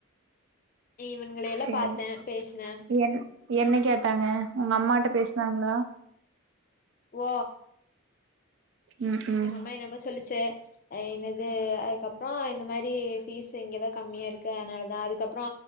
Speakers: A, on the left; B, on the right.
A: இவன்கள எல்லா
B: சேரி
A: பாத்தே பேசுனே
B: என் என்ன கேட்டாங்க உங்க அம்மாட்ட பேசுனாங்களா
A: ஓ
B: ம் ம்
A: எங்க அம்மா என்னையதா சொல்லிச்சு ஆ என்னது அதுக்கப்புறோ இந்த மாரி ஃபீஸ் இங்கதா கம்மியா இருக்கு அதுனாலதா அதுக்கப்புறோ